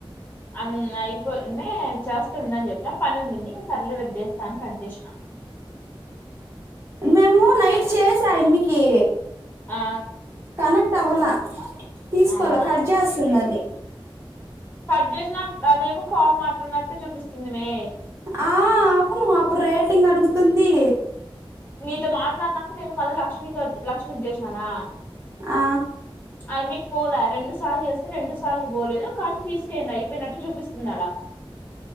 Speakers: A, on the left; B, on the right.
A: అ అయిపోని చేస్త ఉండని జెప్ప పని ఉంది ఇక సర్లే విబ్ చేస్తాని కట్సిన
B: మేము నైట్ చేసాయి కి
A: ఆ
B: కనెక్ట్ అవ్వల తీసుకోవాల
A: అవునా
B: కట్ చేస్తుంది అది
A: కట్ చేసినా అదేమో కాల్ మాట్లాడినట్టు చూపిస్తుంది మే
B: ఆ అవును అప్పు రేటింగ్ అడుగు తుంది
A: మీ ఇట్లా మాట్లాడినాక నేన్ మల్ల లక్ష్మి <unintelligible> లక్ష్మీకి చేసానా,
B: ఆ
A: ఐ మీక్ పోలే రెండు సార్లు చేస్తే రెండు సార్లు పోలేదు కానీ తీసుకెయిందా అయిపోయినట్టు చూపిస్తున్నాడా